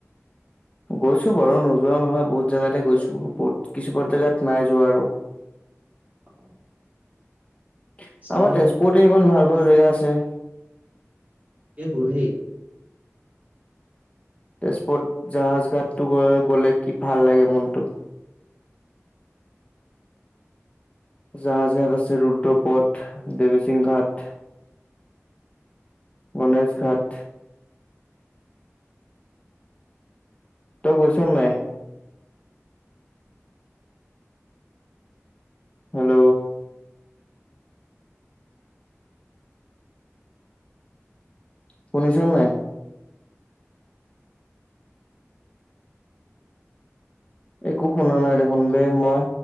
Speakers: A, on the left (about 25°); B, on the right (about 30°).
A: গৈছো বাৰু নোযোৱা নহয় বহুত জেগাতে গৈছো, বহুত কিছুমান জেগাত নাইযোৱা আৰু।
B: অ
A: <inaudible>
B: চাওঁ
A: আমাৰ তেজপুৰতে ইমান ভাল ভাল জেগা আছে।
B: এই বুঢ়ী
A: তেজপুৰত জাহাজ ঘাটটো গ গ'লে কি ভাল লাগে মনটো। জাহাজঘাট আছে ৰুদ্ৰপথ, দেৱীসিং ঘাট, গণেশ ঘাট। তই গৈছ নাই? হেল্ল। শুনিছা নাই? একো শুনা নাই দেখোন বে মই।